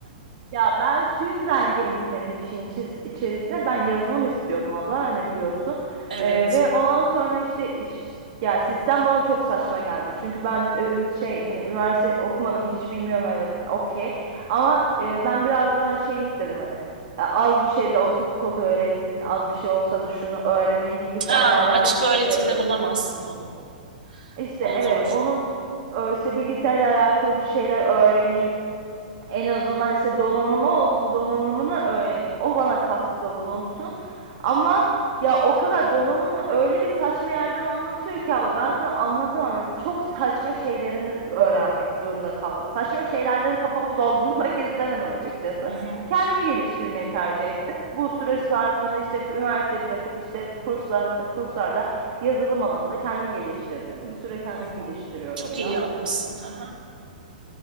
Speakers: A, on the right (about 50°); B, on the right (about 75°).
A: Ya ben şu yüzden girmedim işin içi- içerisine. Ben yazılım istiyordum abla hani biliyorsun.
B: Evet.
A: Ee, ve ondan sonra işte, iş- ya sistem bana çok saçma geldi. Çünkü ben e, şey hani üniversite okumadım hiç bilmiyorum evet okey. Ama e, ben biraz daha şey istedim hani. e, Az bir şey de olsa kod öğretsin, az bir şey olsa da şunu öğreneyim bilgisayarla
B: Aa,
A: alakalı
B: açık öğretimde
A: bir şey
B: bulamazsın onu.
A: İşte
B: O
A: evet
B: zor.
A: onu e, işte bilgisayarla alakalı bir şeyler öğreneyim. En azından işte donanımı olsun, donanımını öğreneyim. O bana katkıda bulunsun. Ama ya o kadar donanımını öyle bir saçma yerden anlatıyor ki abla ben sana anlatamam. Mesela Çok saçma şeylerini öğrenmek zorunda kaldım. Saçma şeylerle de kafamı doldurmak <laughs> istemedim açıkçası.
B: Hı hı,
A: Kendimi geliştirmeyi tercih ettim. Bu süreç zarfında işte üniversiteyi bırakıp işte kurslar kurslarla yazılım alanında kendimi geliştirdim. Bir süre kendimi
B: hı hı.
A: geliştiriyorum
B: Çok
A: şu
B: iyi
A: an.
B: yapmışsın. Hı hı.